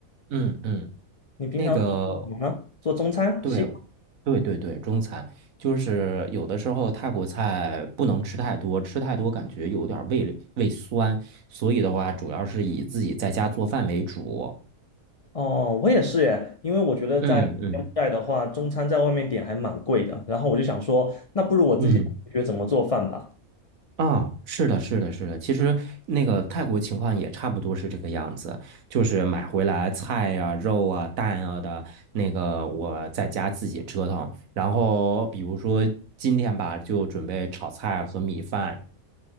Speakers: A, on the right; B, on the left.
A: 嗯嗯，
B: 你平常是做什么呢？
A: 那个，
B: 做中餐、
A: 对，
B: 西餐
A: 对对对，中餐就是有的时候泰国菜不能吃太多，吃太多感觉有点儿胃里胃酸，所以的话，主要是以自己在家做饭为主。
B: 哦，我也是耶。因为我觉得在柬埔寨的话，
A: 嗯嗯
B: 中餐在外面点还蛮贵的。然后我就想说，那不如我自己学怎么做饭吧。
A: 嗯。啊，是的，是的，是的。其实那个泰国情况也差不多是这个样子，就是买回来菜呀、肉啊、蛋啊的，那个我在家自己折腾。然后比如说今天吧，就准备炒菜和米饭。